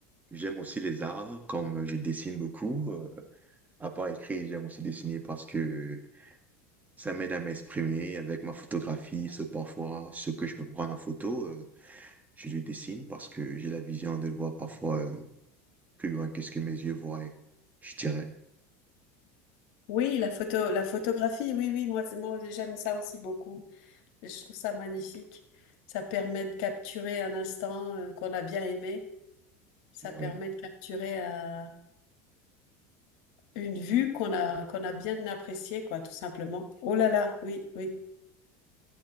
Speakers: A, on the right; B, on the left.
A: j'aime aussi les arts, comme je dessine beaucoup. euh, à part écrire, j'aime aussi dessiner parce que Ça m'aide à m'exprimer avec ma photographie, ce parfois, ce que je peux prendre en photo, euh, je le dessine parce que j'ai la vision de voir parfois euh, plus loin que ce que mes yeux voient, je dirais.
B: Oui, la photo, la photographie, oui, oui, moi, c'est- moi j'aime ça aussi beaucoup. Je trouve ça magnifique. Ça permet de capturer un instant euh, qu'on a bien aimé. Ça
A: Ouais.
B: permet de capturer euh, une vue qu'on a, qu'on a bien appréciée, quoi, tout simplement. Oh là là, oui, oui,